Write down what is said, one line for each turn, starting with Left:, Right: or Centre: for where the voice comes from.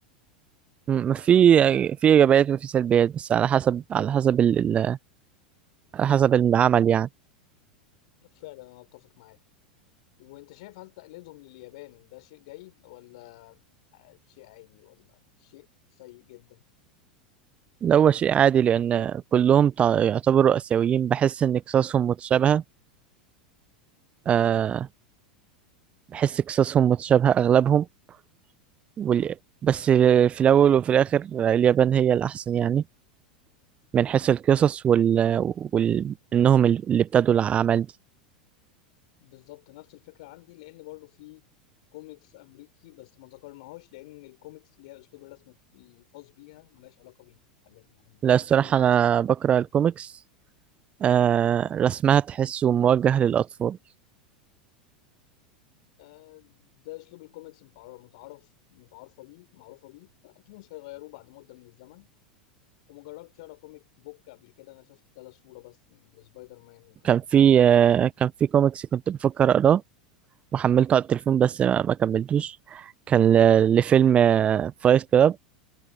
Right: م- في
Left: كمل
Right: في ايجابيات وفي سلبيات بس على حسب على حسب ال... ال- على حسب العمل يعني
Left: فعلا انا اتفق معاك وانت شايف هل تقليدهم لليابان ده شيء جيد ولا شيء عادي ولا شيء سيء جدا
Right: لو هو شيء عادي لان كلهم تع- يعتبروا اسيويين بحس ان قصصهم متشابهه أه بحس قصصهم متشابهه اغلبهم وال... بس في الاول وفي الاخر اليابان هي الاحسن يعني من حيث القصص وال... وال... انهم اللي ابتدوا العمل
Left: بالظبط نفس الفكرة عندي لأن برضو في كوميكس أمريكي بس ما ذكرناهاش لأن الكوميكس ليها أسلوب الرسم الخاص بيها ملهاش علاقة بالحاجات اللي احنا بنتكلم
Right: لا الصراحة
Left: فيها
Right: أنا بقرأ الكوميكس آه
Left: مم.
Right: رسمها تحسه موجه للأطفال
Left: آه، ده أسلوب الكوميكس متعار- متعارف متعارفة بيه معروفة بيه فأكيد مش هيغيروه بعد مدة من الزمن وما جربتش أقرأ كوميك بوك قبل كده أنا شفت كذا صورة بس لسبايدر مان وقصص
Right: كان في
Left: زي دي
Right: آه كان في كوميكس كنت بفكر أقراه وحملته على التليفون
Left: مم.
Right: بس ما, ما كملتوش كان ل- لفيلم آه فايت كلاب